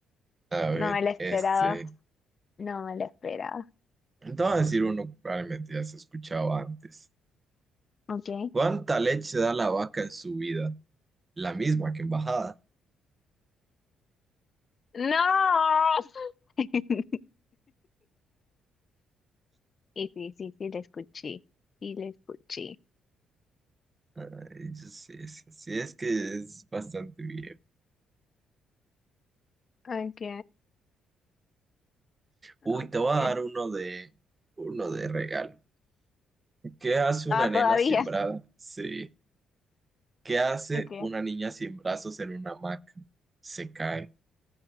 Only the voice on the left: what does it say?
No me la esperaba.
No me la esperaba.
¿Ok?
¡No! <laughs> Y sí, sí, sí, la escuché. Sí, la escuché.
Ok,
ok.
Ah,
todavía.
<laughs>
Ok.